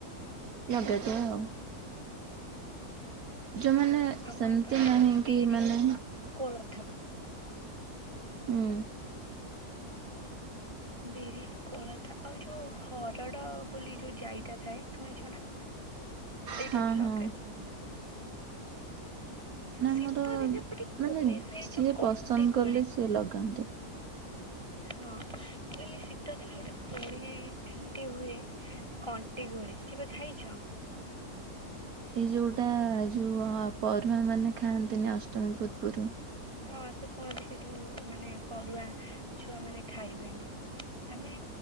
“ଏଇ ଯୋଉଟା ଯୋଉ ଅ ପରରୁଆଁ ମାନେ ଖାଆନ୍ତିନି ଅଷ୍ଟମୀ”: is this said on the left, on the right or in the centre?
Right